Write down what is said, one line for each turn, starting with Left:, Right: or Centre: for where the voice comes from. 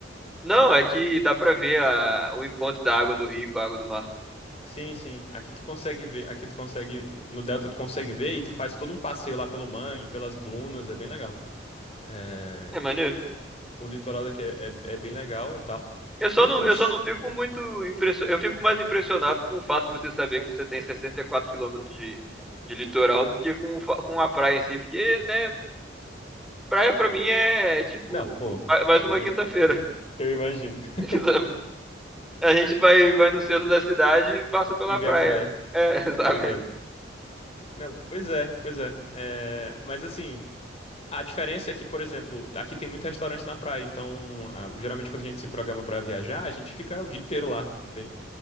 Centre: Não, é que dá pra ver a- o encontro da água do rio com a água do mar.
Left: Sim, sim. Aqui tu consegue ver, aqui tu consegue, no delta tu consegue ver e tu faz todo um passeio lá pelo mangue, pelas dunas, é bem legal. É,
Centre: É maneiro.
Left: e- O litoral daqui é, é, é bem legal e tal.
Centre: Eu só
Left: E
Centre: não,
Left: pro...
Centre: eu
Left: s-
Centre: só não fico muito impressionado. Eu fico mais impressionado com o fato de você saber que você tem 64 quilômetros de, de litoral do que com, o fa- com a praia em si, porque, né, praia pra mim é, é tipo
Left: Não, pô,
Centre: ma- mais
Left: eu
Centre: uma quinta-feira.
Left: eu- imagino. <laughs>
Centre: <laughs> sabe? A gente vai, vai no centro da cidade e passa pela
Left: E ver
Centre: praia.
Left: a praia.
Centre: É, <laughs> sabe?
Left: tá ligado. Não, pois é, pois é. É, Mas assim, a diferença é que, por exemplo, aqui tem muito restaurante na praia, então a- geralmente quando a gente se programa pra viajar, a gente fica o dia inteiro lá, entende?